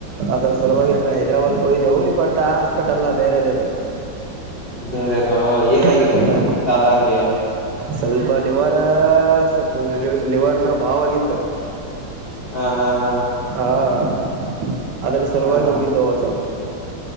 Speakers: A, on the right; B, on the left.
A: ಆದ್ರೆ ಸಲುವಾಗಿ ಆ ಕಡೆ ಹೈದರಾಬಾದ್ ಹಯ್ದವು ಬಟ್ ಹಾಸ್ಪಿಟ್ಲ್ಲ ಬೇರೆದೇವ್ರು
B: ಬೇರೆದು ಏನಾಗಿತ್ತು
A: <unintelligible> ಹಾ
B: ನಿಮ್ ತಾತನ್ಗೆ
A: ಸ್ವಲ್ಪ ಲಿವರ ಸ್ವಲ್ಪ ಲಿವರ್ ಮ್ಯಾಗ ಭಾವ್ ಆಗಿತ್ತು
B: ಹಾ ಹಾ ಹಾ
A: ಹಾ <inaudible> ಅದ್ರ ಸುಲುವಾಗಿ
B: ಹಾ
A: ಹೋಗಿದ್ದೆ ಒಂದ್ ಸ್ವಲ್ಪ್